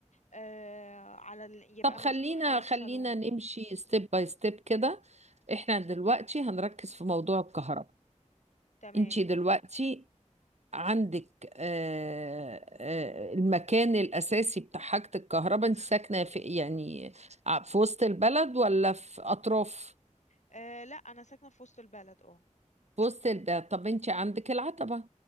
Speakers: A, on the left; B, on the right.
A: آه على ال... يبقى
B: طب خلينا
A: مفتوح على الصالون
B: خلينا نمشي ستيب باي ستيب كده احنا دلوقتي هنركز في موضوع الكهرباء
A: تمام
B: انتي دلوقتي عندك آه، آه، المكان الأساسي بتاع حاجة الكهرباء انت ساكنة في يعني ع- في وسط البلد ولا في أطراف
A: آه لا انا ساكنه في وسط البلد اه
B: في وسط البلد طب انتي عندك العتبة